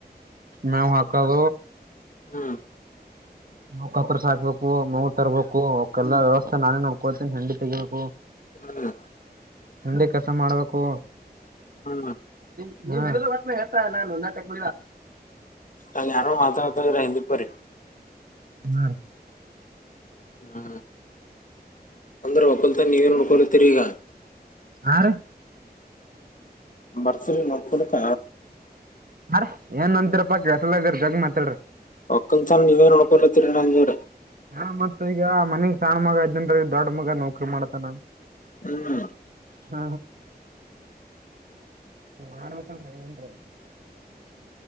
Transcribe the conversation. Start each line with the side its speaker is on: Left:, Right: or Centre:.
Right: ಮವು ಹಾಕಾಗ.
Left: ಹ್ಮ್.
Right: ನ ಪತ್ರ ಸಾಕ್ಬೇಕು ನೋವು ತರ್ಬೇಕು ಅವಕಲ್ಲಾ ವ್ಯವಸ್ಥೆ ನಾನೇ ನೋಡ್ಕೊಳ್ತೀನಿ ಹೆಂಡಿ ತೆಿಬೇಕು.
Left: ಹ್ಮ್
Right: ಮಂಡಿ ಕೆಲಸ ಮಾಡಬೇಕು.
Left: ಹ್ಮ.
Right: <unintelligible> ಹೇಳ್ತ ನಾನು ನಟಕ್
Left: ಅ ಯಾರೋ ಮಾತಾಡ್ತದರ ಹಿಂದುಕ್ ಬರ್ರಿ.
Right: ಹ್ಮ.
Left: ಹು ಅಂದರು ಒಳ ತ ನೀವನು ನಡ್ಕೋಲಿ ತಿರಿಗ.
Right: ಹಾರಿ.
Left: ಬರ್ಸಿಲ್ ಮಕಡಕ್ಕ.
Right: ಅರ ಏನ್ ಅಂತರ ಪಾಕ್ ಎಸಲಗರ್ ಜಗ ಮಾತಾಡ್ರಿ.
Left: ಒಕ್ಕನ್ಸನ ನೀವೇನ್ ನೋಡ್ಕೊಲತ್ತರಿ ನಂದೂ
Right: ಹಾ ಮತ್ತ ಈಗ ಮನಗ್ ಸಣ್ಣ ಮಗ ಅದ್ದನ್ರ ದೊಡ್ಡ ಮಗ ನೌಕ್ರಿ ಮಾಡ್ತಾನ.
Left: ಹ್ಮ್
Right: ಹ್ಮ. ಹ ಮಾಡಬೇಕತನ್ ಏನ್ರೀ. <inaudible>